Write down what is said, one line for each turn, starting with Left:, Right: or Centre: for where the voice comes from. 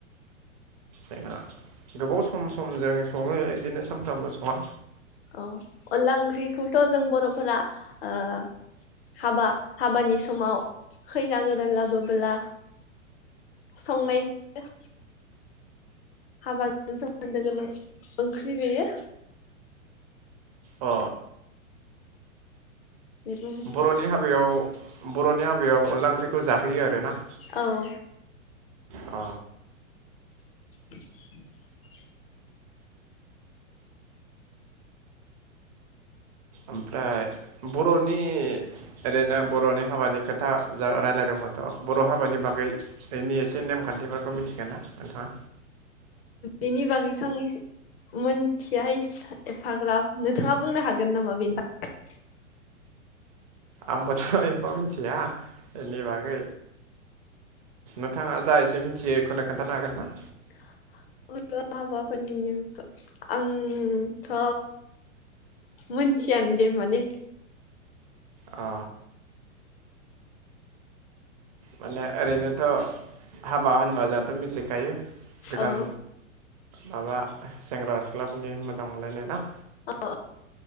Right: जोंना गोबाव सम समजों सङो बिदिनो सानफ्रामबो सङा
Left: अ अनला ओंख्रिखौथ' जों बर'फोरा ओ हाबा हाबानि समाव खैना गोदान लाबोबोला संनाय यो हाबाजों सोमोनदो गोनां ओंख्रि बेयो
Right: अ
Left: बेबो मोनसे
Right: बर'नि हाबायाव बर'नि हाबायाव अनला ओंख्रिखौ जाहोयो आरो ना
Left: औ
Right: अ
Left: <inaudible>
Right: ओमफ्राय बर'नि ओरैनो बर'नि हाबानि खोथा जा राय्लायदोंमोनथ' बर' हाबानि बागैनि एसे नेमखान्थिफोरखौ मिथिगोन ना नोंथाङा
Left: बेनि बागैथ' आं मोनथिया एफाग्राब नोंथाङा बुंनो हागोन नामा बेनि बागै
Right: आंबोथ' एफा मिथिया बेनि बागै नोंथाङा जा एसे मिथियै एखौनो खोन्थानो हागोन ना
Left: ' हाबाफोरनि नेम आंथ' मोनथियानो दे माने
Right: अ माने ओरैनोथ' हाबा होनबा जों' मिथिखायो गोदान
Left: औ
Right: माबा सेंग्रा सिख्लाफोरनि मोजां मोनलायनाय ना
Left: औ औ